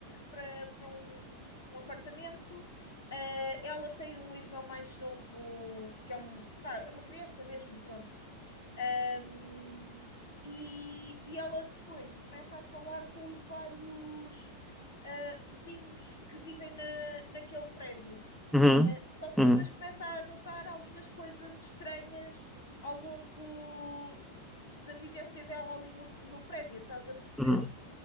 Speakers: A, on the left (about 65°); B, in the centre.
A: para, para um, um apartamento. eh, ela tem um irmão mais novo que é um pá, é uma criança mesmo, pronto. Ahm, e, e ela depois começa a falar com os vários eh, vizinhos que vivem na, naquele prédio.
B: Uhum,
A: Só que
B: uhum,
A: depois começa a notar algumas coisas estranhas ao longo da vivência dela ali no, no prédio, estás a perceber?
B: uhum.